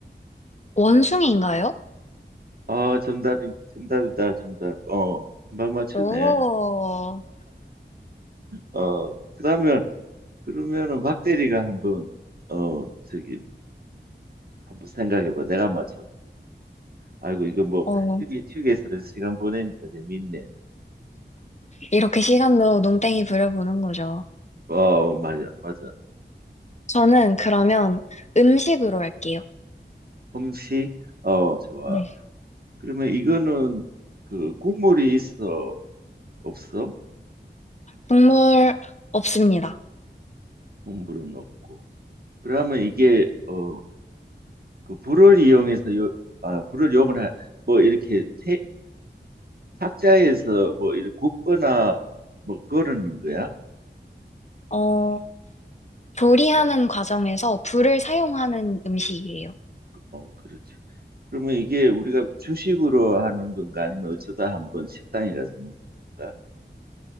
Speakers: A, on the left; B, on the right.
A: 원숭이인가요?
B: 아, 정답이, 정답이다, 정답. 어, 금방 맞추네.
A: 오,
B: 어, 그러면, 그러면은 박 대리가 한번, 어, 저기, 한번 생각해봐. 내가 맞춰. 아이고, 이거 뭐,
A: 어,
B: 휴게, 휴게소에서 시간 보내니까 재밌네.
A: 이렇게 시간도 농땡이 부려보는 거죠.
B: 어, 맞아, 맞아.
A: 저는 그러면 음식으로 할게요.
B: 음식, 어, 좋아.
A: 네.
B: 그러면 이거는, 그, 국물이 있어, 없어?
A: 국물 없습니다.
B: 국물은 없고. 그러면 이게, 어, 그, 불을 이용해서 요, 아, 불을 이용을, 하, 뭐, 이렇게 태, 탁자에서 뭐 이렇게 굽거나 뭐 거르는 거야?
A: 어, 조리하는 과정에서 불을 사용하는 음식이에요.
B: 어, 그렇지. 그러면 이게 우리가 주식으로 하는 건가 아니면 어쩌다 한번 식당에 가서 먹는 건가?